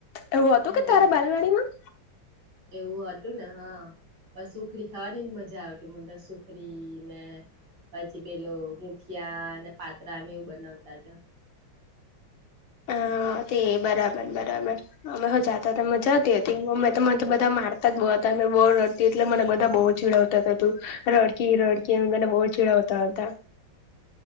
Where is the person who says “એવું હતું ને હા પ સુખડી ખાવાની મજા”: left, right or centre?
Right